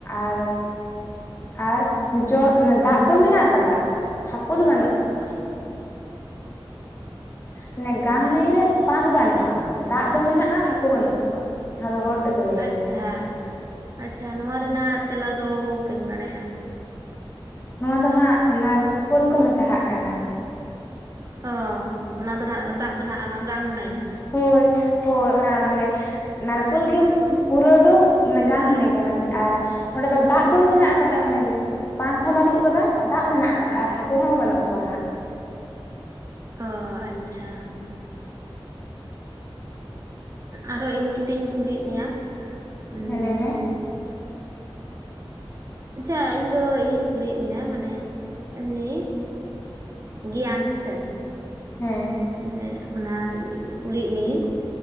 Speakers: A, on the left (about 25°); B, on the right (about 35°).
A: ᱟᱨ ᱟᱨ ᱡᱚ ᱫᱟᱜ ᱫᱚ ᱢᱮᱱᱟᱜ ᱟᱠᱟᱫᱟ ᱦᱟᱹᱠᱩ ᱫᱚ ᱵᱟᱹᱱᱩᱜ ᱠᱚᱣᱟ ᱢᱟᱱᱮ ᱜᱟᱝ ᱱᱟᱹᱭ ᱨᱮ ᱯᱟᱠ ᱵᱟᱹᱱᱩᱜ-ᱟ ᱫᱟᱜ ᱫᱚ ᱢᱮᱱᱟᱜ-ᱟ ᱦᱟᱹᱠᱩ ᱵᱟᱹᱱᱩᱜ ᱠᱚᱣᱟ ᱡᱟᱦᱟᱸ ᱫᱚ ᱦᱚᱲ ᱛᱮᱠᱚ ᱞᱟᱹᱭᱟ
B: ᱟᱪᱪᱷᱟ
A: ᱚᱱᱠᱟ
B: ᱟᱪᱪᱷᱟ ᱱᱚᱣᱟ ᱨᱮᱱᱟᱜ ᱛᱮᱞᱟ ᱫᱚ ᱵᱟᱹᱧ ᱵᱟᱲᱟᱭᱟ
A: ᱱᱚᱣᱟ ᱫᱚ ᱦᱟᱸᱜ ᱱᱟᱨᱠᱳᱞ ᱠᱚ ᱢᱮᱛᱟᱜ ᱠᱟᱱᱟ
B: ᱚᱻ ᱚᱱᱟ ᱫᱚ ᱱᱟᱦᱟᱜ ᱫᱟᱜ ᱫᱚ ᱱᱟᱦᱟᱜ ᱚᱱᱟ ᱜᱟᱝ ᱱᱟᱹᱭ
A: ᱦᱳᱭ ᱦᱳᱭ ᱚᱱᱟ ᱢᱟᱱᱮ ᱱᱟᱨᱠᱳᱞ ᱜᱮ ᱯᱩᱨᱟᱹᱣ ᱫᱚ ᱢᱟᱱᱮ ᱜᱟᱝ ᱱᱟᱹᱭ ᱠᱟᱱᱟ ᱟᱨ ᱚᱸᱰᱮ ᱫᱚ ᱫᱟᱜ ᱫᱚ ᱢᱮᱱᱟᱜ ᱟᱠᱟᱫᱟ ᱢᱟᱱᱮ ᱯᱟᱠ ᱦᱚᱸ ᱵᱟᱹᱱᱩᱜ ᱟᱠᱟᱫᱟ ᱫᱟᱜ ᱢᱮᱱᱟᱜ ᱟᱠᱟᱫᱟ ᱟᱨ ᱦᱟᱹᱠᱩ ᱦᱚᱸ ᱵᱟᱹᱱᱩᱜ ᱠᱚᱣᱟ ᱦᱟᱸᱜ
B: ᱚ ᱟᱪᱪᱷᱟ ᱟᱨᱚ ᱤᱧ ᱢᱤᱫᱴᱮᱱ ᱤᱧ ᱠᱩᱞᱤᱭᱮᱫ ᱢᱮᱭᱟ ᱩᱸ
A: ᱦᱮ ᱞᱟᱹᱭ ᱢᱮ
B: ᱟᱪᱪᱷᱟ ᱤᱧ ᱫᱚ ᱤᱭᱟᱹᱧ ᱠᱩᱞᱤᱭᱮᱫ ᱢᱮᱭᱟ ᱢᱟᱱᱮ ᱮᱢᱱᱤ ᱜᱮᱭᱟᱱ ᱦᱮᱥᱮ
A: ᱦᱮᱸ
B: ᱮ ᱚᱱᱟ ᱠᱩᱞᱤᱭᱮᱫ ᱢᱤᱭᱟᱹᱧ